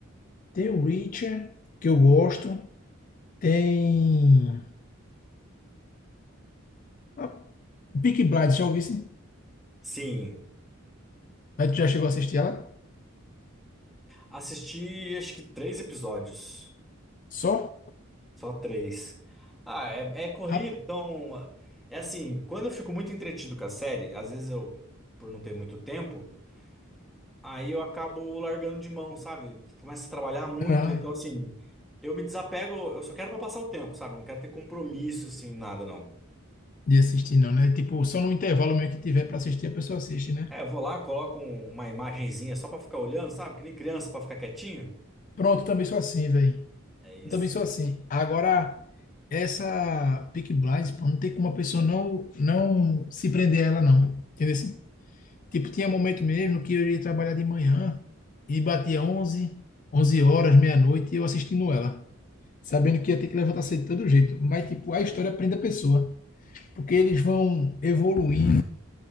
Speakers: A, on the left; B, in the centre.
A: Tem o Reacher, que eu gosto. Tem. A Peaky Blinders, já ouvi? sim?
B: Sim.
A: Mas tu já chegou a assistir ela?
B: Assisti acho que três episódios.
A: Só?
B: Só três. Ah, é, é corrido,
A: Ah,
B: então. É assim, quando eu fico muito entretido com a série, às vezes eu, por não ter muito tempo, aí eu acabo largando de mão, sabe? Começo a trabalhar muito,
A: ah,
B: então assim, eu me desapego, eu só quero pra passar o tempo, sabe? Não quero ter compromisso, assim, nada, não.
A: de assistir não, né? Tipo, só no intervalo mesmo que tiver pra assistir, a pessoa assiste, né?
B: É, eu vou lá, coloco um- uma imagenzinha só pra ficar olhando, sabe? Que nem criança pra ficar quietinho.
A: Pronto, eu também sou assim, velho.
B: É isso.
A: Eu também sou assim. Agora, essa Peaky Blinders, pô, não tem como a pessoa não, não se prender a ela, não. Entendeu assim? Tipo, tinha momento mesmo que eu ia trabalhar de manhã e batia 11, 11 horas, meia-noite, e eu assistindo ela, sabendo que ia ter que levantar cedo de todo jeito. Mas, tipo, a história prende a pessoa, porque eles vão evoluindo